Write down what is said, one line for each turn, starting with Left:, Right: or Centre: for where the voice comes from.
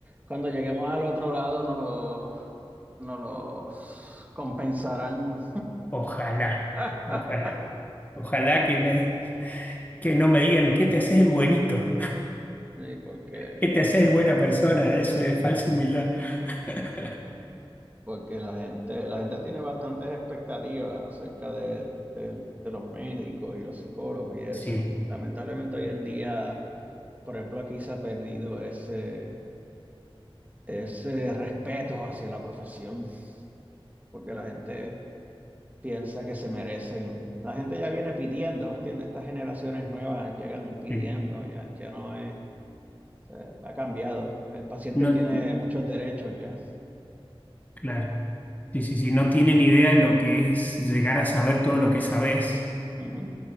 Right: Cuando, lleguemos al otro lado, no los, no los compensarán.
Left: ojalá,
Right: <laughs>
Left: ojalá, ojalá que, me- que no me digan, ¿qué te haces el buenito?
Right: Sí, porque
Left: <laughs> ¿Qué te haces el buena persona? Eso es falsa humildad. <laughs>
Right: porque la gente, la gente tiene bastantes expectativas acerca de, de- de los médicos y los psicólogos y eso.
Left: Sí,
Right: Y lamentablemente hoy en día, por ejemplo, aquí se ha perdido ese, ese respeto hacia la profesión, porque la gente piensa que se merecen. La gente ya viene pidiendo, ¿me ¿entiendes? Estas generaciones nuevas llegan pidiendo,
Left: sí.
Right: ya, ya no es, eh, ha cambiado. El paciente
Left: No,
Right: tiene muchos derechos ya.
Left: Claro. Sí, sí, sí. No tienen idea de lo que es llegar a saber todo lo que sabés.
Right: Ujú.